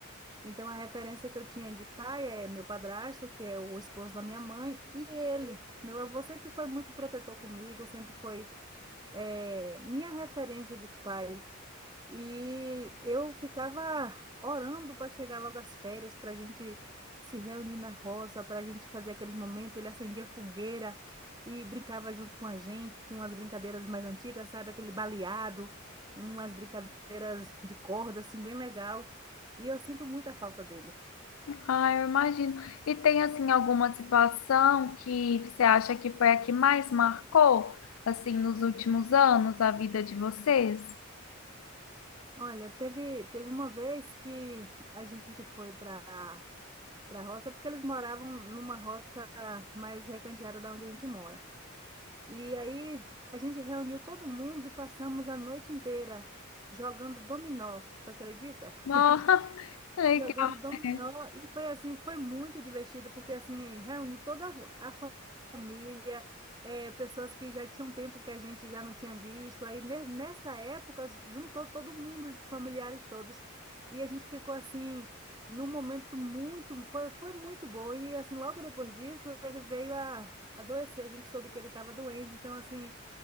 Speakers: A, on the right; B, on the left.
A: Então, a referência que eu tinha de pai é meu padrasto, que é o esposo da minha mãe, e ele. Meu avô sempre foi muito protetor comigo, sempre foi, é, minha referência de pai. E eu ficava orando para chegar logo as férias, para a gente se reunir na roça, para a gente fazer aqueles momentos. Ele acendia fogueira e brincava junto com a gente, tinha umas brincadeiras mais antigas, sabe? Aquele baleado, umas brincadeiras de corda, assim, bem legal. E eu sinto muita falta dele.
B: Ah, eu imagino. E tem assim alguma situação que você acha que foi a que mais marcou assim nos últimos anos a vida de vocês?
A: Olha, teve, teve uma vez que a gente foi para para roça, porque eles moravam numa roça mais recanteada da onde a gente mora. E aí a gente reuniu todo mundo e passamos a noite inteira jogando dominó, tu acredita?
B: Ah,
A: <laughs>
B: <laughs> legal,
A: jogando dominó
B: né?
A: e foi assim, foi muito divertido porque assim, reuni toda a fa- família, eh, pessoas que já tinham tempo que a gente já não tinha visto. Aí ne- nessa época juntou todo mundo, os familiares todos, e a gente ficou assim num momento muito, foi, foi muito bom. E assim, logo depois disso, ele veio a adoecer, a gente soube que ele estava doente, então assim,